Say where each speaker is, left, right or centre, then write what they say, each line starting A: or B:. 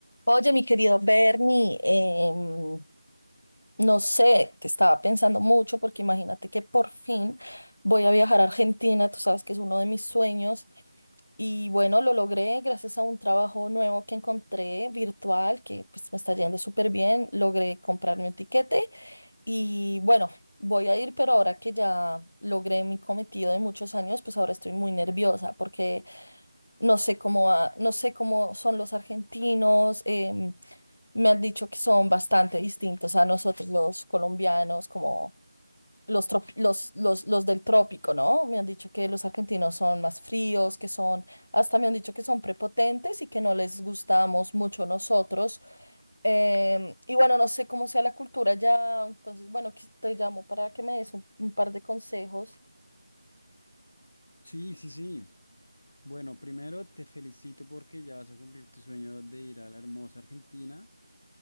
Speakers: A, on the left; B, on the left.
A: Oye, mi querido Bernie, em, no sé, te estaba pensando mucho porque imagínate que por fin voy a viajar a Argentina, tú sabes que es uno de mis sueños y bueno, lo logré gracias a un trabajo nuevo que encontré virtual, que pues me está yendo súper bien. Logré comprarme un tiquete y bueno, voy a ir, pero ahora que ya logré mi cometido de muchos años, pues ahora estoy muy nerviosa porque no sé cómo va- no sé cómo son los argentinos. em, me han dicho que son bastante distintos a nosotros los colombianos, como los, trop- los, los, los del trópico, ¿no? Me han dicho que los argentinos son más fríos, que son hasta me han dicho que son prepotentes y que no les gustamos mucho nosotros. Em, y bueno, no sé cómo sea la cultura ya. Entonces, bueno, qui- te llamo para que me des un, un par de consejos.
B: Sí, sí, sí. Bueno, primero te felicito porque ya vas a cumplir tu sueño de ir a la hermosa Argentina.